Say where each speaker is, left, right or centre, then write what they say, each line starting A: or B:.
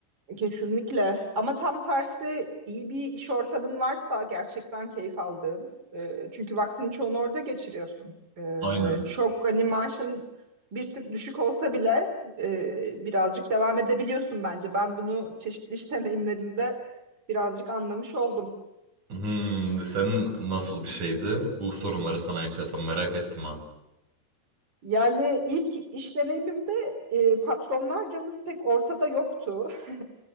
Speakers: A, on the right (about 35°); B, on the right (about 55°).
A: Kesinlikle. Ama tam tersi iyi bir iş ortamın varsa gerçekten keyif aldığın. e, çünkü vaktini çoğunu orada geçiriyorsun. E,
B: Aynen.
A: çok hani maaşın bir tık düşük olsa bile e, birazcık devam edebiliyorsun bence. Ben bunu çeşitli iş <laughs> deneyimlerinde birazcık anlamış oldum.
B: Hmm, senin nasıl bir şeydi? Bu sorunları sana yaşatan merak ettim ha.
A: Yani ilk iş deneyimimde e, patronlarımız pek ortada yoktu. <laughs>